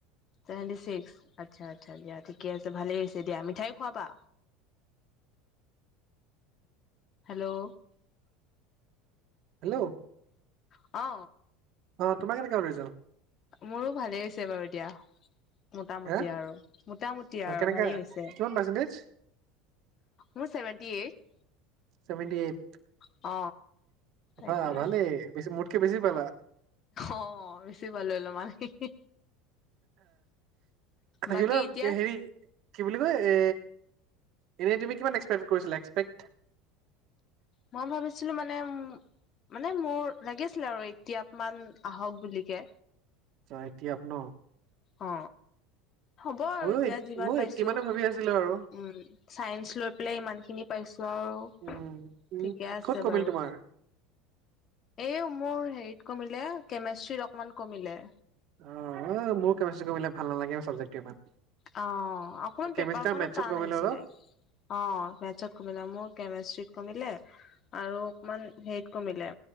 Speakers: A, on the left (about 35°); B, on the right (about 50°).
A: ছেভেণ্টি ছিক্স, আচ্ছা, আচ্ছা দিয়া। ঠিকে আছে ভালে হৈছে দিয়া মিঠাই খোৱাবা। হেল্ল'
B: হেল্ল'
A: অ
B: অ তোমাৰ কেনেকা হ ল ৰিজাল্ট
A: মোৰো ভালেই হৈছে বাৰু এতিয়া মোটামুটি
B: হা
A: আৰু মোটামুটি
B: অ
A: আৰু
B: কেনেকা
A: ভালেই হৈছে
B: কিমান পাৰ্চেন্টেজ
A: মোৰ চেভেন্টি এইট
B: চেভেণটি এইট
A: অ তাকে
B: হা ভালেই বেছি মুতকে বেছি পালা
A: অ বেছি পালোঁ অলপমান হে হে
B: আহ
A: বাকী
B: গল
A: এতিয়া
B: ক হেৰি কি বুলি কয় এ এনে তুমি কিমান এক্সপেক্ট কৰিছিলা এক্সপেক্
A: মই ভাবিছিলো মানে উ মানে মোৰ লাগিছিলে আৰু এইতিয়াপ মান আহক বুলিকে
B: অ এইটিআপ ন
A: অ, হ'ব আৰু
B: ময়ো
A: এতিয়া
B: এইট-
A: যিমান
B: ময়ো
A: পাইছো।
B: এইটি মানে ভাবি আছিলো আৰু
A: উম চাইন্স লৈ পেলাই ইমান খিনি পাইছো আৰু।
B: উম উম
A: ঠিকে আছে
B: ক'ত কমিল
A: বাৰু।
B: তোমাৰ
A: এই মোৰ হেৰিত কমিলে কেমেষ্ট্ৰিত অকমান কমিলে।
B: অ মোৰ কেমেষ্টি কৰিবলে ভাল নালাগে চাবজেক্টটো ইমান।
A: অ অকমান
B: কেমিষ্ট্ৰি
A: পেপাৰখনো
B: আৰু মেথছত
A: টান
B: কমিলে
A: আহিছিলে।
B: অলপ
A: অ, মেতছত কমিলে মোৰ কেমিষ্ট্ৰ্ৰীত কমিলে আৰু অকমান হেৰিত কমিলে